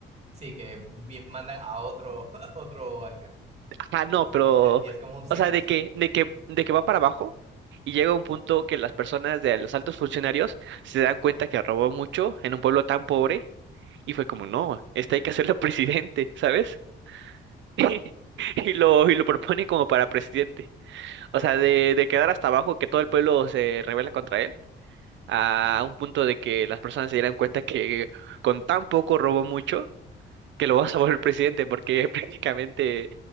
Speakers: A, on the right; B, on the right.
A: Sí, que vi- mandan a otro, <laughs> a otro alcalde.
B: Ah, no, pero,
A: Y, e- y es como un ciclo
B: o sea, de
A: sin
B: que, de que, de que va para abajo y llega un punto que las personas de los altos funcionarios se dan cuenta que robó mucho en un pueblo tan pobre y fue como, no, este hay que hacerlo presidente, ¿sabes? <laughs> Y lo, y lo propone como para presidente. O sea, de, de quedar hasta abajo, que todo el pueblo se rebela contra él, a un punto de que las personas se dieran cuenta que con tan poco robó mucho que lo vas a volver presidente, porque <laughs> prácticamente